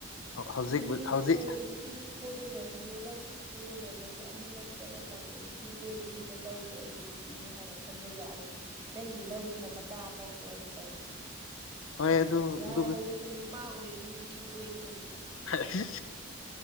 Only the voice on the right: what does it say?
ꯅꯨꯄꯤꯁꯨ
ꯀꯣꯏ ꯅꯨ ꯅꯨꯄꯤꯁꯨ ꯀꯣꯏꯒꯗꯕꯅꯤ ꯂꯧꯁꯨ ꯁꯨꯒꯗꯕꯅꯤ ꯑꯅꯤꯃꯛ ꯆꯠꯂꯣ ꯀꯅꯣ ꯅꯨꯄꯤ ꯀꯣꯏꯗꯕꯤꯗ ꯂꯧꯕ ꯑꯩꯒꯤ ꯅꯨ ꯄꯤꯅꯦ ꯍꯥꯏꯅ ꯈꯟꯕ ꯌꯥꯕꯔꫭ ꯅꯪꯒꯤ ꯂꯧꯗꯨꯅ ꯃꯆꯥ ꯄꯣꯛꯄꯔꫭꯅꯦ ꯀꯩꯅꯣ
ꯌꯥꯔꯣꯏ
ꯑꯗꯣ ꯅꯨꯄꯥ ꯑꯣꯏꯔꯗꯤ ꯅꯨꯄꯤ ꯀꯣꯏꯒꯗꯕꯅꯦ